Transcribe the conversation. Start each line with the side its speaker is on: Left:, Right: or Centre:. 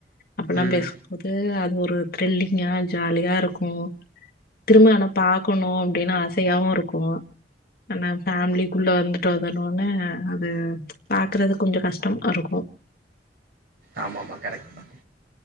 Left: அப்பலா
Right: ம்
Left: பேசும்போது அது ஒரு த்ரில்லிங்கா ஜாலியா இருக்கு திரும்ப ஆனா பாக்கணு அப்டினு ஆசையாவு இருக்கு ஆனா ஃபேமிலிக்குள்ள வந்துட்டோதனோன அது பாக்கறது கொஞ்ச கஷ்டமாருக்கு
Right: ஆமாமா கரெக்டுதா